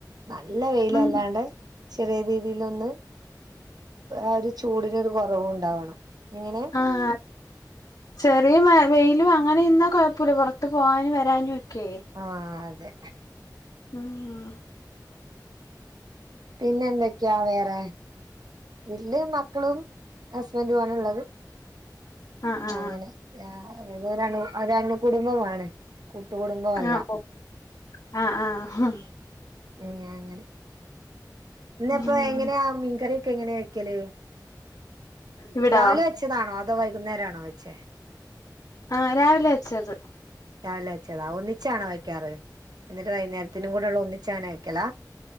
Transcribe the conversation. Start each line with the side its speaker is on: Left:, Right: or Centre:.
Right: നല്ല വെയിലല്ലാണ്ട്
Left: ഉം
Right: ചെറീയ രീതീല് ഒന്ന് ആഹ് ചൂടിനാരു കൊറവുണ്ടാകണം എങ്ങനെ
Left: ആഹ് ചെറിയ മഴ വെയിലും അങ്ങനെ നിന്നാ കൊഴപ്പുല്ല പൊറത്ത് പോവാനും വരാനും ക്കെ
Right: ആ അതെ
Left: ഉം ഹും
Right: പിന്നെന്തക്കാ വേറെ വീട്ടില് മക്കളും ഹസ്ബൻ്റു ആണ് ഇള്ളത്
Left: ആഹ് ആഹ്
Right: അങ്ങനെ രാ അങ്ങനെ രണു ഒരണു കുടുംബമാണ് കൂട്ടുകുടുംബമല്ല
Left: ആഹ് ഓ ആ ആ ആഹ്
Right: പിന്നയാങ്ങനെ ന്ന്
Left: ഉം
Right: പ്പോ എങ്ങനാ മീൻ കറി ക്കെങ്ങനാ വെക്കല്
Left: ഇവിടോ
Right: രാവിലെ വെച്ചതാണോ അതോ വൈകീ കുന്നേരാ ണോ വെച്ചെ
Left: ആ രാവിലെ വെച്ചത്
Right: രാവിലെ വച്ചതാവുലേ ച്ചാണോ വക്കാറ് എന്നിട്ട് വൈനേരത്തിനു കൂടുള്ള ഒന്നിച്ചാണോ വൈക്കല